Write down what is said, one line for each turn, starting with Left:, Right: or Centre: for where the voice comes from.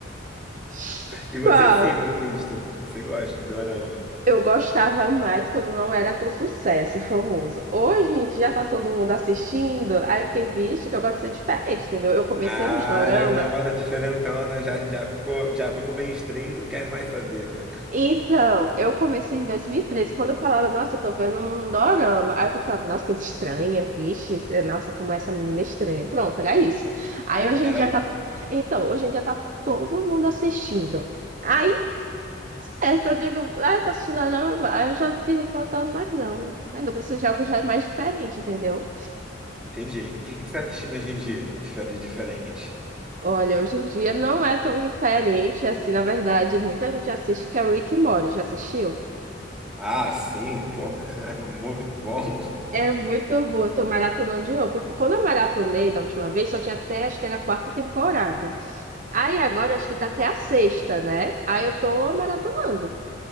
Right: <laughs>
Centre: E você
Right: Qual?
Centre: sim, pelo visto. Você gosta de dorama.
Right: Eu gostava mais quando não era tão sucesso, famoso. Hoje em dia tá todo mundo assistindo, aí eu fiquei, vixe, que eu gosto de ser diferente, entendeu? Eu comecei
Centre: Ah,
Right: nos doramas
Centre: já não é mais a diferentona, já, já ficou, já foi pro mainstream e não quer mais saber, né?
Right: Então, eu comecei em 2013, quando eu falava, nossa, eu tô vendo um dorama. Aí eu falava, nossa, coisa estranha, vixe, isso- é, nossa, como essa menina é estranha. Pronto, era isso. Aí hoje
Centre: Era
Right: em dia
Centre: isso.
Right: tá. Então, hoje em dia tá todo mundo assistindo. Aí, certo, eu digo, ah, tá assistindo não, aí eu já fico faltando, mas não. Mas não, precisa você algo já é mais diferente, entendeu?
Centre: Entendi. O que que você tá assistindo hoje em dia? Diferente, diferente.
Right: Olha, hoje em dia não é tão diferente assim, na verdade, muita gente assiste que é Rick and Morty, já assistiu?
Centre: Ah, sim, pô, <laughs> é muito bom.
Right: É muito boa, eu tô maratonando de novo, porque quando eu maratonei da última vez, só tinha até, acho que era a quarta temporada. Aí agora acho que tá até a sexta, né? Aí eu tô maratonando.